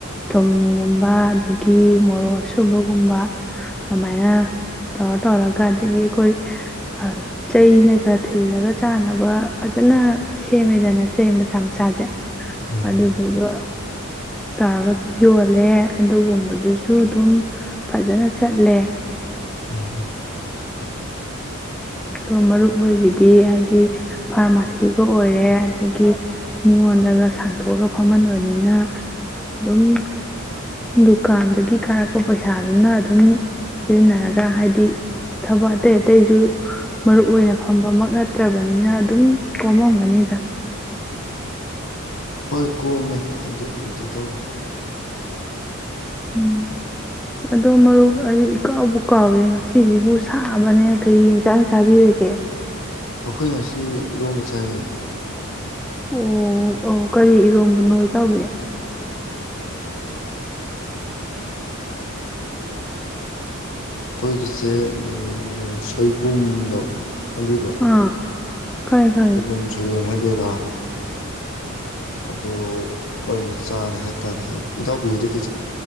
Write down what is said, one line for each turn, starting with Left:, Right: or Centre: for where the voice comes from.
Centre: ꯊꯨꯝꯒꯨꯝꯕ ꯑꯗꯒꯤ ꯃꯣꯔꯣꯛ ꯑꯁꯨꯕꯒꯨꯝꯕ ꯑꯗꯨꯃꯥꯏꯅ ꯇꯧꯔ ꯇꯧꯔꯒ ꯑꯗꯒꯤ ꯑꯈꯣꯏ ꯑ ꯆꯩꯅꯒ ꯊꯤꯜꯂꯒ ꯆꯥꯅꯕ ꯐꯖꯅ ꯁꯦꯝꯃꯦꯗꯅ ꯆꯩ ꯃꯆꯥ ꯃꯆꯥꯖꯦ
Left: ꯎꯝ
Centre: ꯑꯗꯨꯗꯨꯒ ꯇꯔꯒ ꯌꯣꯜꯂꯦ ꯑꯗꯨꯒꯨꯝꯕꯗꯨꯁꯨ ꯑꯗꯨꯝ ꯐꯖꯅ ꯆꯠꯂꯦ
Left: ꯎꯝ
Centre: ꯑꯗꯣ ꯃꯔꯨꯞ ꯅꯣꯏꯒꯤꯗꯤ ꯍꯥꯏꯗꯤ ꯐꯥꯔꯃꯥꯁꯤꯒ ꯑꯣꯏꯔꯦ ꯑꯗꯒꯤ ꯃꯤꯉꯣꯟꯗꯒ ꯁꯥꯟꯇꯣꯛꯑꯒ ꯐꯝꯍꯟꯕꯅꯤꯅ ꯑꯗꯨꯝ ꯗꯨꯀꯥꯟꯗꯒꯤ ꯀꯥꯔꯛꯄ ꯄꯩꯁꯥꯗꯨꯅ ꯑꯗꯨꯝ ꯁꯤꯖꯤꯟꯅꯔꯒ ꯍꯥꯏꯗꯤ ꯊꯕꯛ ꯑꯇꯩ ꯑꯇꯩꯖꯨ ꯃꯔꯨꯞ ꯑꯣꯏꯅ ꯐꯝꯕꯃꯛ ꯅꯠ ꯐꯠꯇ꯭ꯔꯕꯅꯤꯅ ꯑꯗꯨꯝ ꯀꯣꯝꯃꯝꯒꯅꯤꯗ
Left: ꯍꯣꯏ ꯀꯣꯝꯃꯦ ꯑꯗꯨꯒꯤꯕꯨꯗꯤ ꯏꯇꯥꯎꯕꯤ
Centre: ꯎꯝ ꯑꯁ ꯑꯗꯣ ꯃꯔꯨꯞ ꯑꯩꯗꯤ ꯏꯀꯥꯎꯕꯨ ꯀꯥꯎꯋꯦ ꯉꯁꯤꯖꯤꯕꯨ ꯁꯥꯕꯅꯦ ꯀꯔꯤ ꯢꯟꯁꯖꯥꯡ ꯆꯥꯕꯤꯔꯒꯦ
Left: ꯑꯩꯈꯣꯏ ꯉꯁꯤ ꯏꯔꯣꯝꯕ ꯆꯥꯏꯌꯦ
Centre: ꯑꯣ ꯑꯣ ꯀꯔꯤ ꯏꯔꯣꯝꯕꯅꯣ ꯏꯇꯥꯎꯕꯤ
Left: ꯑꯩꯈꯣꯏꯒꯤꯁꯦ ꯎꯝ ꯁꯣꯏꯕꯨꯝꯗꯣ ꯈꯪꯕꯤꯕ꯭ꯔꯣ
Centre: ꯑꯥ ꯈꯪꯉꯦ ꯈꯪꯉꯦ
Left: ꯁꯣꯏꯕꯨꯝ ꯁꯣꯏꯗꯣꯟ ꯍꯥꯏ ꯑꯣꯏꯔꯥ ꯑꯗꯨ ꯑꯣꯏꯅ ꯆꯥꯔꯦ ꯍꯥꯏꯇꯥꯔꯦ ꯏꯇꯥꯎꯕꯤꯍꯣꯏꯗꯤ